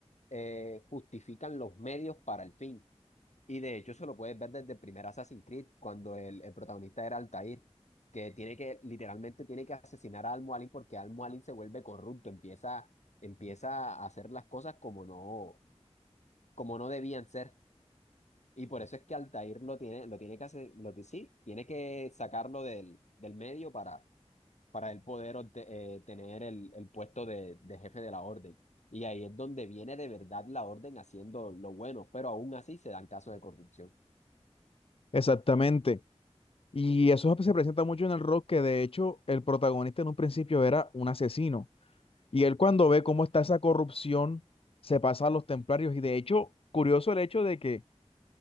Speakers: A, on the left; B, on the left.
A: eh, justifican los medios para el fin. Y de hecho, eso lo puedes ver desde el primer Assassin's Creed, cuando el, el protagonista era Altair, que tiene que, literalmente tiene que asesinar a Al-Mualim porque Al-Mualim se vuelve corrupto, empieza, empieza a hacer las cosas como no, como no debían ser. Y por eso es que Altair lo tiene, lo tiene que hacer, lo, sí, tiene que sacarlo del, del medio para para él poder obte- eh, tener el, el puesto de, de jefe de la orden. Y ahí es donde viene de verdad la orden haciendo lo bueno, pero aún así se dan casos de corrupción.
B: Exactamente. Y eso se presenta mucho en el rock, que de hecho el protagonista en un principio era un asesino. Y él cuando ve cómo está esa corrupción, se pasa a los templarios. Y de hecho, curioso el hecho de que